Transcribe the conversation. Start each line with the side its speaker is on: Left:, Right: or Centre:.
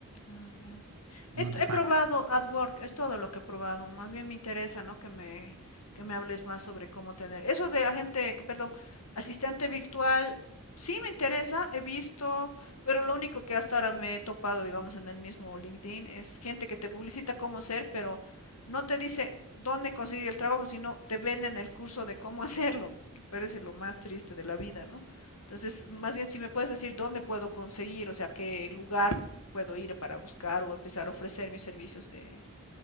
Left: Ah, ya.
Right: No
Left: He,
Right: te
Left: he
Right: pagan.
Left: probado AdWork, es todo lo que he probado. Más bien me interesa, ¿no? Que me, que me hables más sobre cómo tener. Eso de agente, perdón, asistente virtual, sí me interesa, he visto, pero lo único que hasta ahora me he topado, digamos, en el mismo LinkedIn es gente que te publicita cómo ser, pero no te dice dónde conseguir el trabajo, sino te venden el curso de cómo <laughs> hacerlo, que me parece lo más triste de la vida, ¿no? Entonces, más bien si me puedes decir dónde puedo conseguir, o sea, qué lugar puedo ir para buscar o empezar a ofrecer mis servicios de,